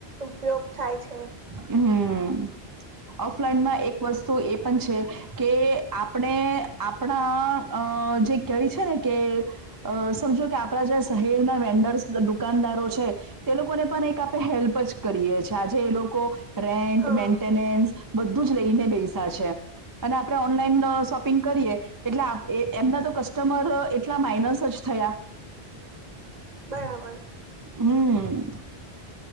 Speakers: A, on the right; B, on the right.
A: ઉપયોગ થાય છે
B: હમ ઓફલાઈનમાં એક વસ્તુ એ પણ છે કે આપણે આપણા અ જે કય છે ને કે અ સમજો કે આપણા જે શહેરના વેન્ડર્સ દુકાનદારો છે તે લોકોને પણ એક આપણે હેલ્પ જ કરીએ છીએ આજે એ લોકો રેન્ટ
A: હા
B: મેન્ટેનેન્સ બધું જ લઈને બેસા છે અને આપણે ઓનલાઈન શોપિંગ કરીએ એટલે એ એમના તો કસ્ટમર એટલા માઇનસ જ થયા
A: બરાબર
B: હમ